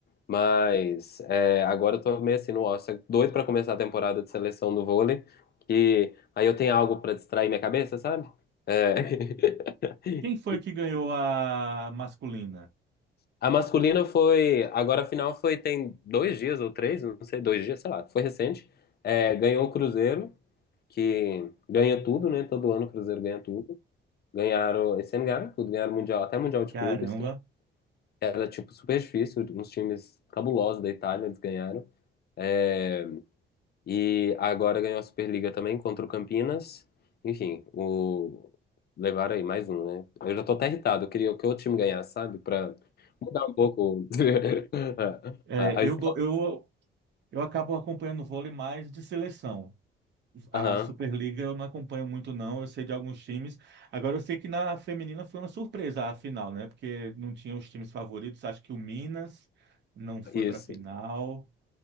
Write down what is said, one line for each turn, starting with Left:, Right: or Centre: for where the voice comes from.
Left: mas é, agora eu tô meio assim no ócio, é doido pra começar a temporada de seleção do vôlei, que aí eu tenho algo pra distrair minha cabeça, sabe? É, <laughs>
Right: Quem foi que ganhou a masculina?
Left: A masculina foi. Agora a final foi, tem dois dias ou três, não sei, dois dias, sei lá, foi recente. É, ganhou o Cruzeiro, que ganha tudo, né? Todo ano o Cruzeiro ganha tudo. Ganharam, esse ano ganharam tudo, ganharam Mundial, até Mundial de
Right: Caramba.
Left: Clubes, que era tipo super difícil, uns times cabulosos da Itália, eles ganharam. É, e agora ganhou a Superliga também contra o Campinas. Enfim, o... levaram aí mais um, né? Eu já tô até irritado. Eu queria que o outro time ganhasse, sabe? Pra mudar um pouco <laughs>
Right: É,
Left: a,
Right: eu,
Left: a história.
Right: go- eu, eu acabo acompanhando vôlei mais de seleção. A
Left: Aham,
Right: Superliga eu não acompanho muito, não. Eu sei de alguns times. Agora, eu sei que na feminina foi uma surpresa a final, né? Porque não tinha os times favoritos. Acho que o Minas não foi
Left: isso,
Right: pra final.